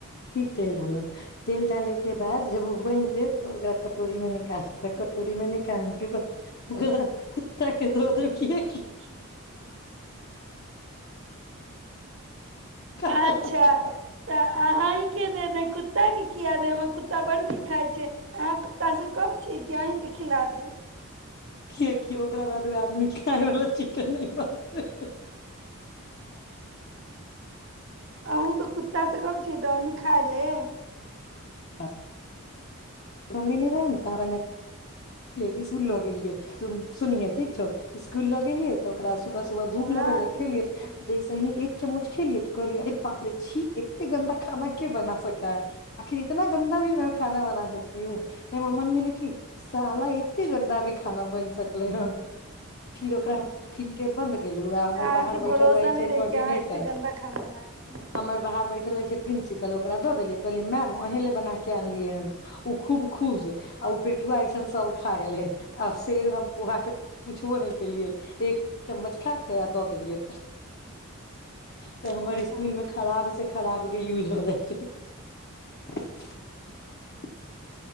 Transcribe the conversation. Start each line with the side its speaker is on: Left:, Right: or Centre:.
Left: फिर तेल डालल तेल डाले के बाद जब ओ बनि जेत तऽ ओकरा कटोरी मे निकालत कटोरी मे निकाले के बाद ओकरा कुत्ता के दऽ दे क
Right: अच्छा
Left: <unintelligible> कियाकि
Right: अच्छा तऽ अहा ह के दे दे कुत्ता के कियाादे हमर कु्ता बड़ नीक खाय छै अहा कुत्ता से कम छै कि अहींके खिला देब
Left: किियि ओकरा बाद ओ आदमी खाय वाल चिकन नहि बनत
Right: अ तऽ कुत्ता से गम छी तऽ अ खा ले
Left: ह मम्मी नहि रहे ने तह इसकुल लऽ गेलियै सुनहे ठीक छौ इकुल लऽ गेलियै तऽ ओकरा सुबह
Right: अच्छा
Left: सुबह भूख लगल
Right: सुनै
Left: खेलियै
Right: छियै हूँ
Left: जैसे ही एक जब मुछ खेलियै तो कहलियै अरे बाप रे छीी एते गन्दा खाना क्य बना सकाै आखिर इतना गन्दा भी खाना बना सकै य नहि मर मन मिल कि सााल एते गन्दा भी खान ब सकलै हन फिर ओकरा टिफिन के बन्द गेल आ हमर
Right: अहाँके
Left: बाहर
Right: भरोसा
Left: बैठल रहे
Right: नहि
Left: छै
Right: रहै
Left: कोर्डिनेटर
Right: कि अहाँ एते गन्दा खाना बनाबै छियै
Left: हमर बाहर बैठल रह छै प्रिंसिपल ओकरा देलै कहलियै मैम ओही ल बना के अनलियै हन खूब खुश आ पेटुआ ऐसन सब खा गेल है आ से हम पोहा के पुछबो न केलिये एक चम्मच खा क दऽ देलियै तऽ हमर
Right: अच्छा
Left: इकुल मे खराब से खराब के यूज हो जे <unintelligible>